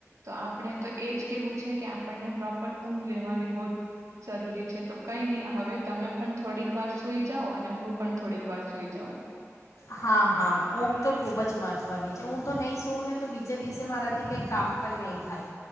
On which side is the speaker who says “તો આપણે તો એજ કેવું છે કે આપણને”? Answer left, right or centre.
Right